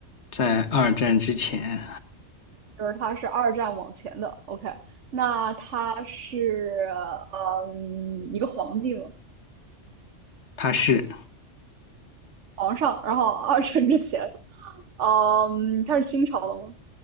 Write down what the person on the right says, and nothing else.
就是他是二战往前的。OK，那他是嗯一个皇帝吗？
皇上。然后二战之前，嗯，他是清朝的吗？